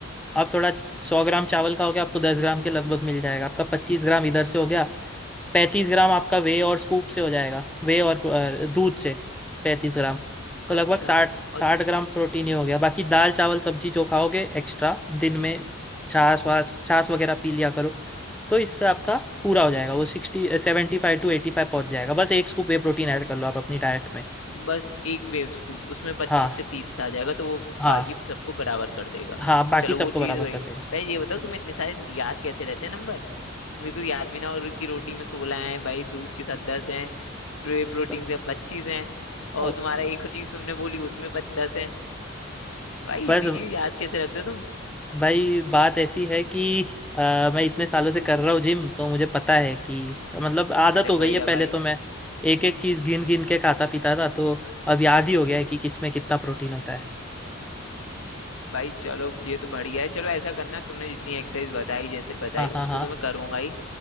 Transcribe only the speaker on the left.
अच्छा
और
बस एक वेव स्कूप उसमें पच्चीस
से तीस आ जाएगा तो वो
बाकी सबको बराबर कर देगा
चलो
वो
चीज वही
पहले ये बताओ
तुम्हें इतने सारे याद कैसे रहते हैं नंबर मेरे को याद भी ना और की रोटी में सोलह हैं भाई दूध के साथ दस हैं प्रे प्रोटीन
से पच्चीस हैं
और तुम्हारा एक और चीज तुमने बोली उसमें दस हैं भाई
इतनी चीज याद कैसे रखते हो तुम
अरे
बढ़िया
भाई
भाई चलो ये तो बढ़िया है चलो ऐसा करना तुमने जितनी एक्सरसाइज बताई जैसे बताई
उसको
तो मैं करूंगा ही